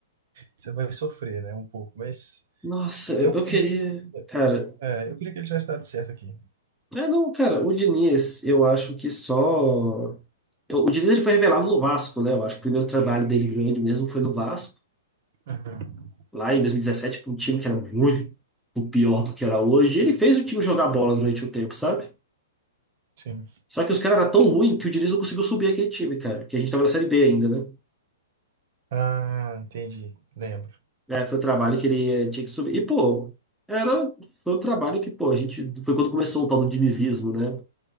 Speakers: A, on the right (about 55°); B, in the centre.
A: você vai sofrer, né? Um pouco. Mas
B: Nossa, eu,
A: eu
B: eu
A: queria,
B: queria. Cara.
A: é, eu queria que ele tivesse dado certo aqui.
B: É, não, cara, o Diniz, eu acho que só. eu- o Diniz ele foi revelado no Vasco, né? Eu acho que o primeiro trabalho dele grande mesmo foi no Vasco,
A: Uhum,
B: lá em 2017, com um time que era muito pior do que era hoje. E Ele fez o time jogar bola durante o tempo, sabe?
A: sim.
B: Só que os caras eram tão ruins que o Diniz não conseguiu subir aquele time, cara. Que a gente tava na Série B ainda, né?
A: Ah, entendi. Lembro.
B: Aí foi um trabalho que ele eh, tinha que subir. E, pô, era, foi um trabalho que, pô, a gente. Foi quando começou o tal do dinizismo, né?